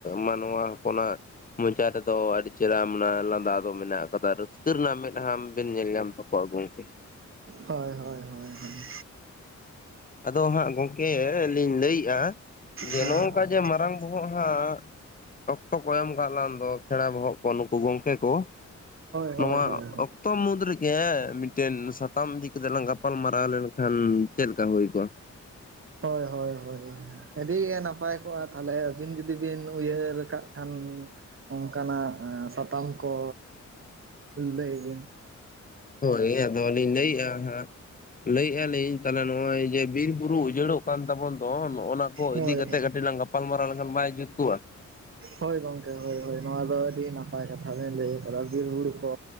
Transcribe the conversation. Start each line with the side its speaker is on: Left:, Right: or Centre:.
Left: ᱢᱟᱱᱣᱟ ᱦᱚᱯᱚᱱᱟᱜ ᱢᱚᱪᱟ ᱨᱮᱫᱚ ᱟᱹᱰᱤ ᱪᱮᱦᱨᱟ ᱚᱱᱟ ᱞᱟᱸᱫᱟ ᱫᱚ ᱢᱮᱱᱟᱜ-ᱟ ᱠᱟᱫᱟ ᱨᱟᱹᱥᱠᱟᱹ ᱨᱮᱱᱟᱜ ᱢᱮᱫᱦᱟ ᱵᱮᱱ ᱧᱮᱞ ᱧᱟᱢ ᱛᱟᱠᱚᱣᱟ ᱜᱚᱝᱠᱮ
Right: ᱦᱳᱭ ᱦᱳᱭ ᱦᱳᱭ ᱦᱳᱭ
Left: ᱟᱫᱚ ᱦᱟᱸᱜ ᱜᱚᱝᱠᱮ ᱞᱤᱧ ᱞᱟᱹᱭᱮᱜ-ᱟ ᱡᱮ
Right: ᱦᱳᱭ
Left: ᱱᱚᱝᱠᱟ ᱡᱮ ᱢᱟᱨᱟᱝ ᱵᱚᱦᱚᱜ ᱦᱟᱸᱜ ᱚᱠᱛᱚ ᱠᱚ ᱮᱢ ᱠᱟᱫ ᱞᱟᱝ ᱫᱚ ᱥᱮᱬᱟ ᱵᱚᱦᱚᱜ ᱠᱚ ᱱᱩᱠᱩ ᱜᱚᱝᱠᱮ ᱠᱚ
Right: ᱦᱳᱭ ᱦᱳᱭ
Left: ᱱᱚᱣᱟ
Right: ᱦᱳᱭ
Left: ᱚᱠ ᱛᱚ ᱢᱩᱫᱽ ᱨᱮᱜᱮ ᱢᱤᱫᱴᱮᱱ ᱥᱟᱛᱟᱢ ᱤᱫᱤ ᱠᱟᱛᱮᱫ ᱞᱟᱝ ᱜᱟᱯᱟᱞ ᱢᱟᱨᱟᱣ ᱞᱮᱱᱠᱷᱟᱱ ᱪᱮᱫ ᱞᱮᱠᱟ ᱦᱩᱭ ᱠᱚᱜᱼᱟ
Right: ᱦᱳᱭ ᱦᱳᱭ ᱦᱳᱭ ᱟᱹᱰᱤ ᱜᱮ ᱱᱟᱯᱟᱭ ᱠᱚᱜ-ᱟ ᱛᱟᱦᱞᱮ ᱟᱹᱵᱤᱱ ᱡᱩᱫᱤ ᱵᱤᱱ ᱩᱭᱦᱟᱹᱨ ᱠᱟᱜ ᱠᱷᱟᱱ ᱚᱝᱠᱟᱱᱟᱜ ᱥᱟᱛᱟᱢ ᱠᱚ ᱞᱟᱹᱭ ᱵᱤᱱ
Left: ᱦᱳᱭ ᱟᱫᱚ ᱞᱤᱧ ᱞᱟᱹᱭᱮᱜ-ᱟ ᱦᱟᱸᱜ ᱞᱟᱹᱭᱮ -ᱟ ᱞᱤᱧ ᱛᱟᱦᱞᱮ ᱱᱚᱜ-ᱚᱭ ᱡᱮ ᱵᱤᱨ ᱵᱩᱨᱩ ᱩᱡᱟᱹᱲᱚᱜ ᱠᱟᱱ ᱛᱟᱵᱚᱱ ᱫᱚ ᱱᱚᱜᱼᱚᱱᱟ ᱠᱚ
Right: ᱦᱳᱭ
Left: ᱤᱫᱤ ᱠᱟᱛᱮᱜ ᱠᱟᱹᱴᱤᱡ ᱞᱟᱝ ᱜᱟᱯᱟᱞ ᱢᱟᱨᱟᱣ ᱞᱮᱱᱠᱷᱟᱱ ᱵᱟᱭ ᱡᱩᱛ ᱠᱚᱜ-ᱟ
Right: ᱦᱳᱭ ᱜᱚᱝᱠᱮ ᱦᱳᱭ ᱦᱳᱭ ᱱᱚᱣᱟ ᱫᱚ ᱟᱹᱰᱤ ᱱᱟᱯᱟᱭ ᱠᱟᱛᱷᱟ ᱵᱤᱱ ᱞᱟᱹᱭ ᱟᱠᱟᱫᱟ ᱵᱤᱨ ᱵᱩᱨᱩ ᱠᱚ